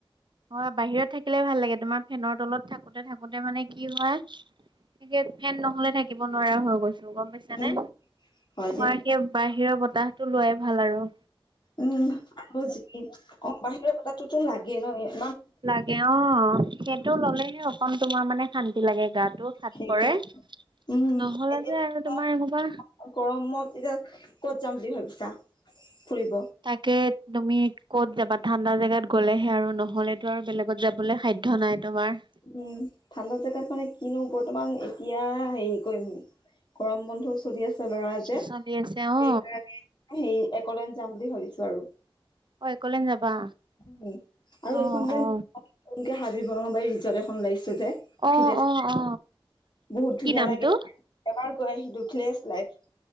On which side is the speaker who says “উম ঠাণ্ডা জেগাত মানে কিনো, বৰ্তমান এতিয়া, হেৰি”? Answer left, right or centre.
Left